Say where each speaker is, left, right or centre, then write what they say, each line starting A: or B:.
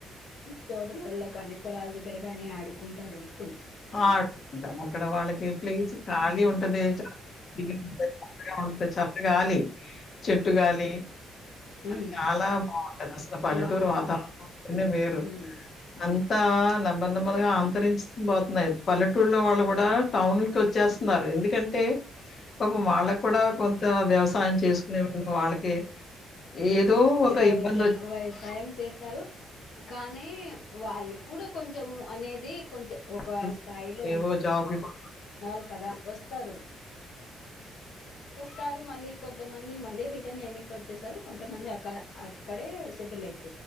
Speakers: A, on the left; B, on the left.
A: తోటలల్లో కానీ పొలాల దగ్గర కానీ ఆడుకుంటారు పోయి
B: ఆడుంటా అక్కడ వాళ్ళకి ప్లేస్ ఖాళీ
A: ఉమ్
B: ఉంటది చా పచ్చగా ఉంటే గాలి చెట్టు గాలి అ
A: ఉమ్
B: చాలా బాగుంటంది అసలు పల్లెటూరు
A: బాగుంటుంది
B: వాతావరణం అంటేనే వేరు
A: ఉమ్
B: మం బా నెమ్మర్ నెమ్మర్గా అంతరించ పో పల్లెటూళ్లో వాళ్ళు కూడా టౌన్ కి వచ్చేస్తున్నారు ఎందుకంటే పాపం వాళ్ళకు కూడా కొంత వ్యవసాయం చేసుకునేళ వాళ్ళకే ఏదో ఒక
A: వ్యవసాయం
B: ఇబ్బంది వచ్చి
A: చేస్తారు కానీ వాళ్ళు కూడా కొంచెము అనేది కొంచెం ఒక
B: సెటిల్
A: స్థాయిలో
B: ఏవో
A: ఉ ఉండాలి
B: జాబులు కోసం
A: కదా వస్తారు వస్తారు మళ్ళీ కొంతమంది మళ్ళీ రిటర్న్ ఎనక్కి వచ్చేసారు కొంతమంది అక్క అక్కడే సెటిల్ అయి